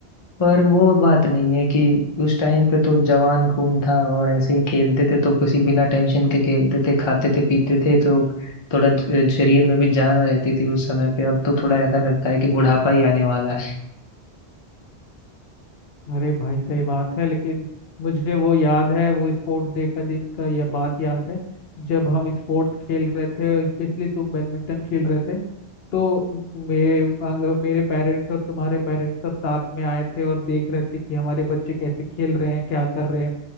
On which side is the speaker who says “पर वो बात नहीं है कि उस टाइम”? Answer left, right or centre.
Left